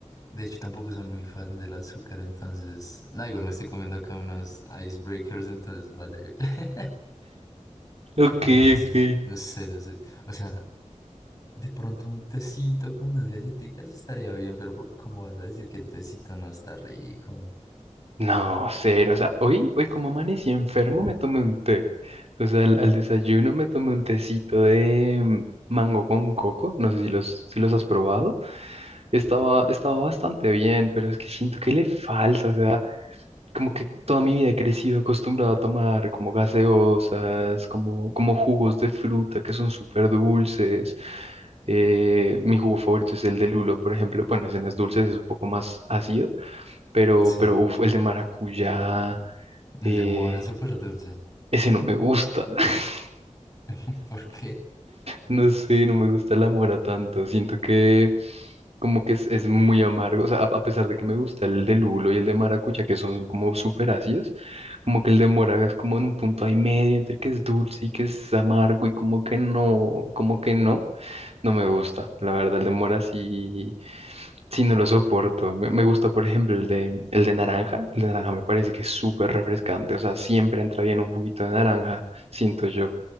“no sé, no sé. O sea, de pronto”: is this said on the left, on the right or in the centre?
Left